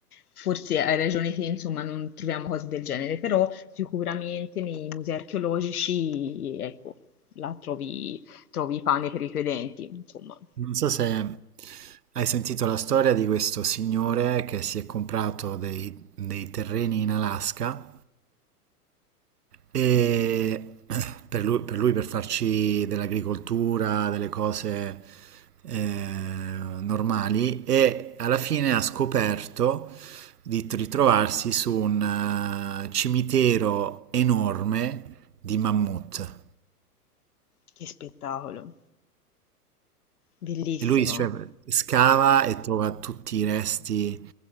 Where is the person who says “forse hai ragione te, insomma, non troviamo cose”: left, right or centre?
Left